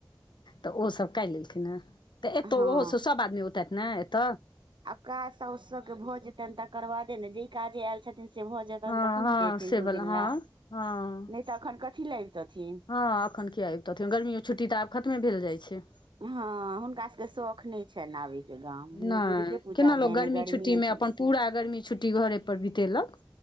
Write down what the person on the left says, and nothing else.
तऽ ओसभ काइल एलखिन है तऽ ऐत
ओहो सब सभ आदमी औतैथ न ऐत
हँ
हँ
से
बला
हँ
हँ
हँ एखन किया आबतथिन गमीे छुट्टी तऽ आब खतमे भेल जाइ छै
नहि
केना लोक
गर्मी
छुट्टीमे अपन पूरा गर्मी छुट्टी घरे पर बितेलक